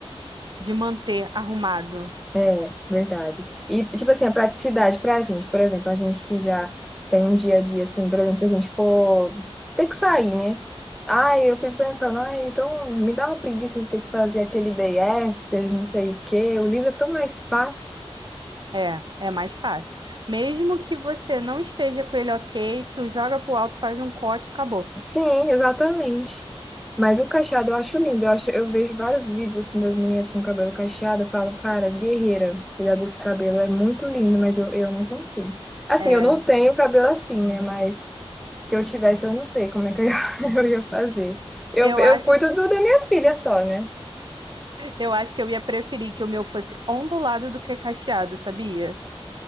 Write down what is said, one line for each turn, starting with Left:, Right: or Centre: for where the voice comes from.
Right: de manter arrumado.
Centre: É, verdade. E, tipo assim, a praticidade pra gente, por exemplo, a gente que já tem um dia a dia, assim, por exemplo, se a gente for ter que sair, né? Ai, eu fico pensando, ai, então me dá uma preguiça de ter que fazer aquele day after, não sei o quê. O Lisa é tão mais fácil.
Right: É, é mais fácil. Mesmo que você não esteja com ele ok, tu joga pro alto, faz um coque, acabou.
Centre: Sim, exatamente. Mas o cacheado eu acho lindo. Eu acho, eu vejo vários vídeos assim das meninas com cabelo cacheado. Eu falo, cara, guerreira, cuidar desse cabelo é muito lindo, mas eu, eu não consigo. Assim,
Right: É,
Centre: eu não tenho cabelo assim, né? Mas se eu tivesse, eu não sei como é que eu, <laughs> eu ia fazer. Eu,
Right: eu
Centre: eu
Right: acho,
Centre: cuido do da minha filha só, né?
Right: eu acho que eu ia preferir que o meu fosse ondulado do que cacheado, sabia?